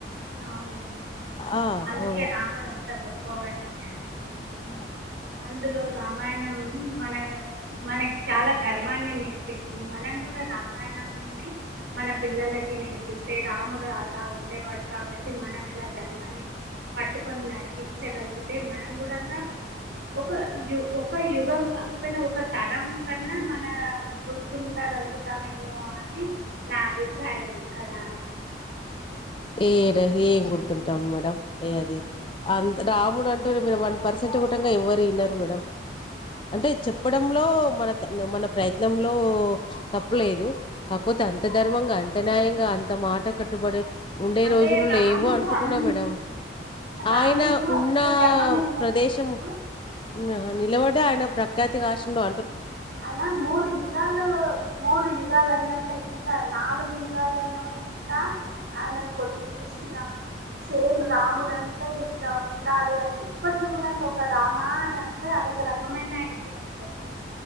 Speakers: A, on the right; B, on the left.
A: అవును
B: ఆ
A: అందుకే
B: ఓ
A: రాముడు అంత గొప్పవాడు అయ్యాడు
B: హ
A: అందులో రామాయణం మన మనకి చాలా ధర్మాన్ని నేర్ పిస్తుంది మనం కూడా రామాయణంని మన పిల్లలకి నేర్పిస్తే రాముడు అలా ఉండేవాడు కాబట్టి మనం ఇలా ధర్మాన్ని పట్టుకొని నడిపించగలిగితే మనం గుడంగా ఒక యు ఒక యుగం కాకపోయినా ఒక తరం కన్నా మన గుర్తుండగలుగుతామేమో అని నా అభిప్రాయం కదా
B: ఏరు ఏం గుర్తుంటాం మేడం ఏ అది అంత రాముడు అంటారు మీరు వన్ పర్సెంట్ కూడా ఎవ్వరు వినరు మేడం అంటే చెప్పడంలో మన త మన ప్రయత్నంలో తప్పలేదు కాపోతే అంత ధర్మంగా అంత న్యాయంగా అంత మాట కట్టుబడి ఉండే
A: అదే
B: రోజుల్
A: రాముడు
B: లేవు అనుకుంటున్నా
A: అంత
B: మేడమ్
A: రాముడు
B: ఆయన ఉన్న
A: అంత ధర్మంగా నిలబడ్డాడు
B: ప్రదేశం న నిలబడి ఆయన ప్ర కతీ కాసిన్ డో
A: ఐనా మూడు యుగాలు మూడు యుగాలైనా గూడా ఇంకా నాలుగు యు గాలు అయినా కూడా ఇంకా ఆయనను కొలుస్తున్నామ్ సేమ్ రాముడు అంటే ఇట్లా ఉండాలి అని ఇప్పటికి గూడా ఇంకొక్క రామా అని అంటే అదొక రకమైన ఇది ఉంటది కదా